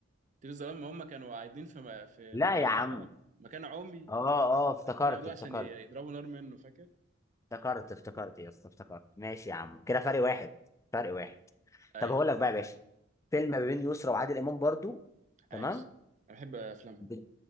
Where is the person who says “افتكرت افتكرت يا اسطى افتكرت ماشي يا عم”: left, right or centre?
Left